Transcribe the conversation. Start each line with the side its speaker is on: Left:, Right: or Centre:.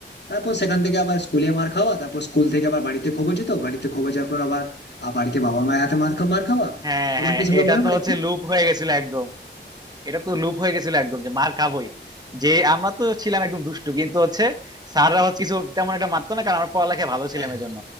Left: তারপর সেখান থেকে আবার স্কুলে মার খাওয়া তারপর স্কুল থেকে আবার বাড়িতে খবর যেত বাড়িতে খবর যাওয়ার পর আবার আহ, বাড়িতে বাবা মায়ের হাতে মার খা- মার খাওয়া
Right: হ্যাঁ
Left: তোমার
Right: হ্যাঁ
Left: কি সেগুলো
Right: এটা
Left: মনে পড়ে
Right: তো হচ্ছে
Left: এখন?
Right: লুপ হয়ে গেছিল একদম এটা তো লুপ হয়ে গেছিল একদম যে মার খাবোই যে আমরা তো ছিলাম একদম দুষ্টু কিন্তু হচ্ছে স্যাররা হচ্ছে কিছু তেমন একটা মারতো না কারণ আমরা পড়ালেখা ভালো ছিলাম
Left: হ্যাঁ
Right: এই জন্য